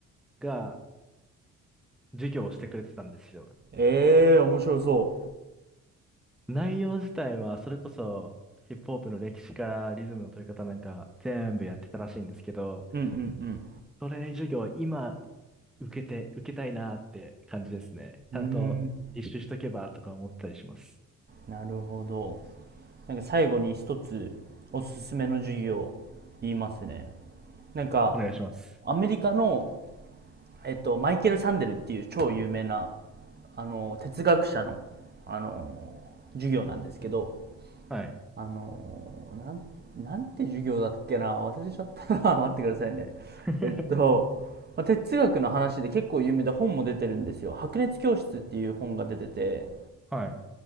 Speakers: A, in the centre; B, on the right.
A: が授業をしてくれてたんですよ。
B: ええ、面白そ
A: 内容自体はそれこそヒップホップの歴史からリズムの取り方なんか全部やってたらしいんですけど、
B: う。うんうんうん。
A: それ授業今受けて、受けたいなって感じですね。
B: うーん、
A: ちゃんと実習しとけばとか思ったりします。
B: なるほど。なんか最後に一つおすすめの授業言いますね。なんか
A: お願いします。
B: アメリカの、えっと、マイケル・サンデルっていう超有名な、あの、哲学者の、あの、授業なんですけど、
A: はい。
B: あの、なん、なんて授業だっけな忘れちゃったな <laughs> 待ってくださいね。
A: <laughs>
B: えっと、まあ哲学の話で結構有名で本も出てるんですよ。白熱教室っていう本が出てて、
A: はい。